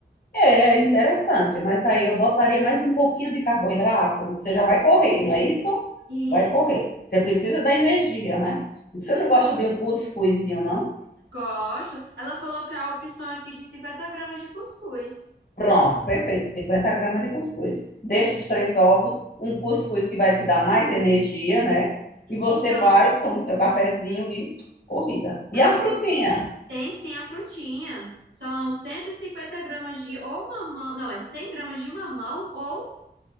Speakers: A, on the left; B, on the right.
A: É é interessante, mas aí eu botaria mais um pouquinho de carboidrato. Você já vai correr, não é isso?
B: Isso.
A: Vai correr. Você precisa da energia, né? Você não gosta de um cuscuzinho, não?
B: Gosto. Ela colocou a opção aqui de 50 gramas de cuscuz.
A: Pronto, perfeito. 50 gramas de cuscuz. Deixa os três ovos, um cuscuz que vai te dar mais energia, né? E você
B: Então,
A: vai, toma o seu cafezinho e corrida. E
B: pronto.
A: a frutinha?
B: Tem sim a frutinha. São 150 gramas de ou mamão. Não, é 100 gramas de mamão ou.